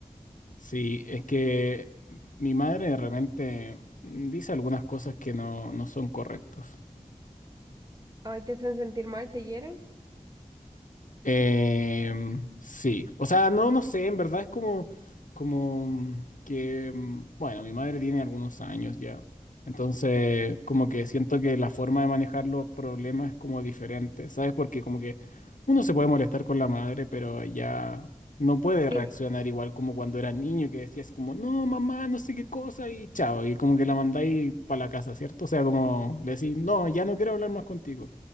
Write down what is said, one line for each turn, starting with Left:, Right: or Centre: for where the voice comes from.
Left: Sí, es que mi madre de repente dice algunas cosas que no, no son correctas.
Right: Ay, ¿te hacen sentir mal? ¿Te hieren?
Left: Em, sí, o sea, no, no sé, en verdad es como, como que, mm, bueno, mi madre tiene algunos años ya, entonces como que siento que la forma de manejar los problemas es como diferente, ¿sabes? Porque como que uno se puede molestar con la madre, pero ya no puede
Right: Sí,
Left: reaccionar igual como cuando era niño, que decía así como, no, mamá, no sé qué cosa, y chao, y como que la mandáis para la casa, ¿cierto? O sea, como le decís, no, ya no quiero hablar más contigo.